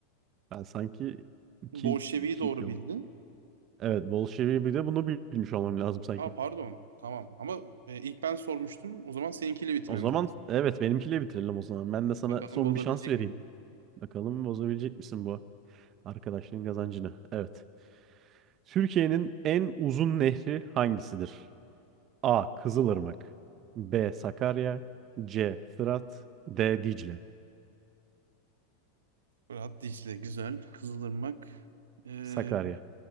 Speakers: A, on the right; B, on the right.
A: Ben sanki 2
B: Bolşevi'yi
A: 2
B: doğru
A: 2
B: bildin.
A: oldum. Evet, Bolşevi bir de bunu bilmiş olmam lazım sanki.
B: Aa pardon. Tamam. Ama e, ilk ben sormuştum. O zaman seninkiyle bitirmemiz
A: O zaman
B: lazım.
A: evet benimkiyle bitirelim o zaman. Ben de sana
B: Bakalım
A: son
B: bozabilecek
A: bir şans vereyim.
B: miyim?
A: Bakalım bozabilecek misin bu arkadaşlığın kazancını? Evet. Türkiye'nin en uzun nehri hangisidir? A. Kızılırmak B. Sakarya C. Fırat D. Dicle
B: Fırat Dicle güzel. Kızılırmak. Ee,
A: Sakarya.